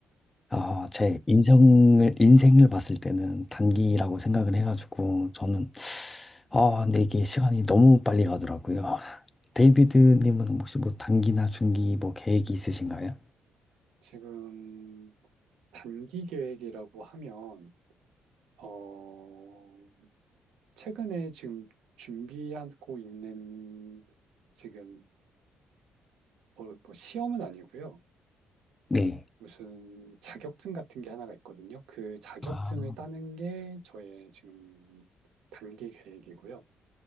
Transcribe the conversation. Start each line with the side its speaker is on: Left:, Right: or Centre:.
Left: 아, 제 인생을, 인생을 봤을 때는 단기라고 생각을 해가지고, 저는, 아, 근데 이게 시간이 너무 빨리 가더라고요. <laughs> 데이비드님은 혹시 뭐 단기나 중기 뭐 계획이 있으신가요?
Right: 지금 단기 계획이라고 하면, 어, 최근에 지금 준비하고 있는 지금 뭐, 뭐 시험은 아니고요.
Left: 네.
Right: 무슨 자격증 같은 게 하나가 있거든요. 그 자격증을
Left: 아,
Right: 따는 게 저의 지금 단기 계획이고요.